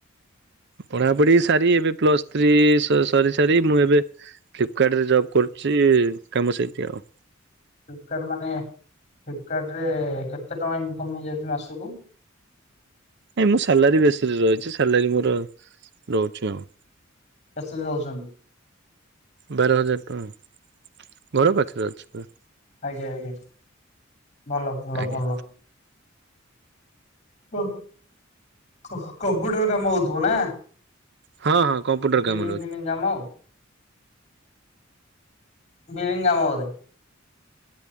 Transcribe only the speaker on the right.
ପଢାପଢି ସାରି ଏବେ ପ୍ଲସ ଥ୍ରୀ ସ ସରି ସାରି ମୁଁ ଏବେ। ଫ୍ଲିପକାର୍ଟ ରେ ଜବ୍ କରୁଚି କାମ ସେଇଠି ଆଉ।
ଏ ମୁଁ ସାଲାରି ବେସିସ୍ ରେ ରହିଛି ସାଲାରି ମୋର ରହୁଛି ହଁ।
ବାର ହଜାର ଟଙ୍କା ଘର ପାଖରେ ଅଛି ପୁରା।
ଆଜ୍ଞା
ହଁ ହଁ କମ୍ପ୍ୟୁଟର
କାମରେ ଅଛି।